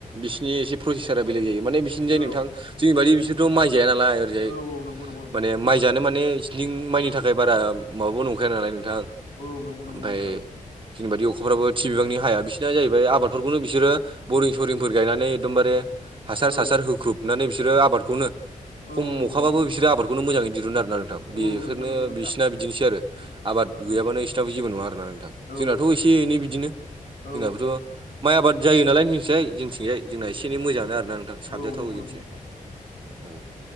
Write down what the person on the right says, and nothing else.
बिसिरनि एसे प्रसेसारा बेलेग जायो माने बिसिरनि जायो
नोंथां जोंनि बादि बिसोरथ' माइ जाया नालाय ओरैजाय
माने माइ जानो माने सिलिं माइनि थाखाय बारा माबाबो नंखाया नालाय नोंथां <inaudible>
ओमफ्राय
जनिबादि अखाफ्राबो
बिबांनि हाया
बिसोरनाया जाहैबाय आबादफोरखौनो बिसोरो बरिं सरिंफोर गायनानै एकदमबारे हासार
हासार होख्रुबनानै बिसोरो आबादखौनो
खम अखाबाबो
बिसोरो आदखौ मोजाङैिरुनडा आरो नोंथां बेफोरनो
बिसिना बिदिनोसै आरो
आबाद गैयाबानो
जेबो नङा आरोना नोंथां
जोंनाथ' एसे एनै बिदिनो
जोंनाबोथ' माइ आबाद जायो नालाय मिथिसाय जोंथिंजाय जोंना एसे एन मोजाङानो आरोना नोंथां साबजाथाव
जोंथें
औ